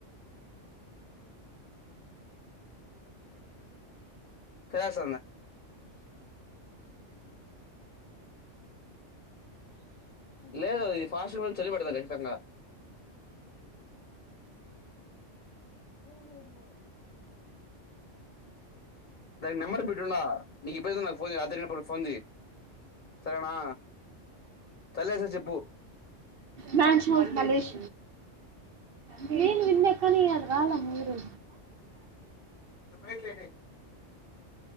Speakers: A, on the left (about 40°); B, on the right (about 55°).
A: చస లేదు ఇది ఫార్న్ చలిపడతుంది చ్చితంగాా అ దానికి నెంబర్ పెట్టిటుండా నీకు ఇబ్బంది అయితే నాకు ఫోన్ చేయ్ రాత్రిప్పకి ఫోన్ చేయి సరేనా తలనొస్తే సార్ చెప్పు
B: మన్ చూ కలేష మను వింద కనీ అది వాళ ముయరు
A: బయట లైట్ ఇయ్యి